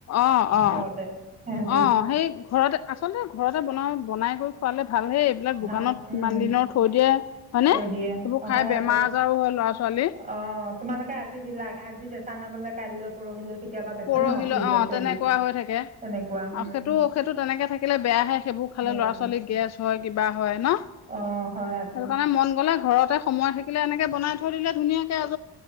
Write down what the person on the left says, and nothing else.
অ অ
অ সেই ঘৰতে আচতে ঘৰতে বনাওঁ বনাই কৰি খোৱালে ভালহে এইবিলাক
দোকানত
কিমান দিনৰ থৈ দিয়ে হয়নে
সেইবোৰ খাই
বেমাৰ
আজাৰো হয় ল'ৰা ছোৱালী
পৰহিলৈ
অ
তেনেকুৱা
হৈ থাকে আৰু
সেইটো সেইটো তেনেকে থাকিলে বেয়াহে সেইবোৰ খালে
ল'ৰা ছোৱালী গেছ হয় কিবা হয় ন
সেইটো কাৰণে মন গ'লে ঘৰতে সময় থাকিলে এনেকে বনাই থৈ দিলে ধুনীয়াকৈ